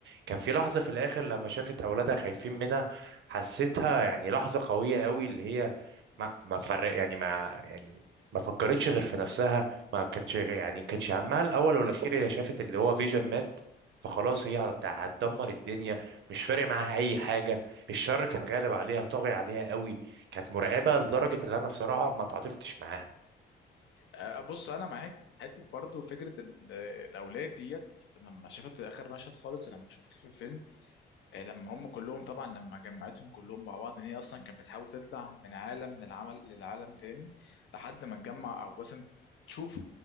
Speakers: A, on the right; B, on the left.
A: كان في لحظه في الاخر لما شافت اولادها خايفين منها حسيتها يعني لحظه قويه قوي اللي هي ما ما فرق يعني ما يعني ما فكرتش غير في نفسها ما كانتش يعني كانش همها الاول والاخير هي شافت اللي هو فيجن مات فخلاص هي هت- هتدمر الدنيا مش فارق معاها اي حاجه الشر كان غالب عليها طاغي عليها قوي كانت مرعبه لدرجه ان انا بصراحه ما تعاطفتش معاها
B: آه، بص انا معاك حته برضو فكره ال- آه، الاولاد ديت لما شفت اخر مشهد خالص لما شفت في الفيلم آه، لما هم كلهم طبعا لما جمعتهم كلهم مع بعض ان هي اصلا كانت بتحاول تطلع من عالم للعمل للعالم تاني لحد ما تجمع او مثلا تشوف